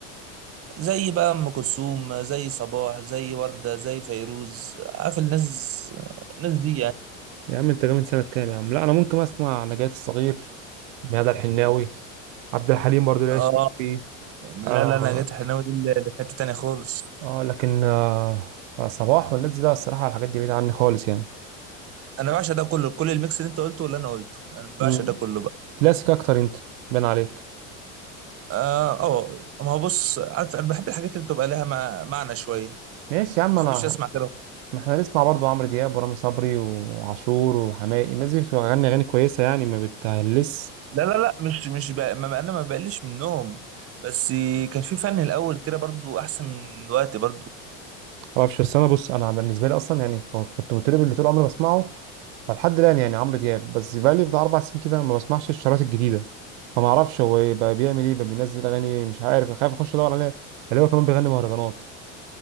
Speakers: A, on the right; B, on the right.
A: زي بقى ام كلثوم زي صباح زي ورده زي فيروز عارف الناس الناس دي يعني
B: يا عم انت جاي من سنه كام يا عم لا انا ممكن اسمع نجاة الصغير ميادة الحناوي عبد الحليم برضو اللي
A: اه
B: عايش فيه
A: لا
B: آه
A: لا انا جيت حناوي دي ل- لحته تانية خالص
B: آه لكن آه آه، صباح والناس دي لا الصراحه الحاجات دي بعيده عني خالص يعني
A: انا بعشق ده كله كل الميكس اللي انت قلته واللي انا قلته انا بعشق
B: مم.
A: ده كله بقى
B: كلاسيك اكتر انت بان عليك
A: اه اه ما هو بص عارف انا بحب الحاجات اللي بتبقى لها مع- معنى شويه
B: ماشي
A: ما
B: يا عم انا
A: بحبش اسمع كده
B: ما احنا نسمع برضه عمرو دياب ورامي صبري وعاشور وحماقي الناس دي بتغني اغاني كويسه يعني ما بتهلس
A: لا لا لا مش مش بقى ما انا ما بقلش منهم بس كان في فن الاول كده برضو احسن من دلوقتي برضو
B: معرفش بس انا بص انا بالنسبه لي اصلا يعني ك- كنت مطرب اللي طول عمري بسمعه فلحد الان يعني عمرو دياب بس بقى لي بتاع اربع سنين كده ما بسمعش الشرايط الجديده فما اعرفش هو إيه بقى بيعمل ايه بقى بينزل اغاني مش عارف خايف اخش ادور عليه اللي هو كمان بيغني مهرجانات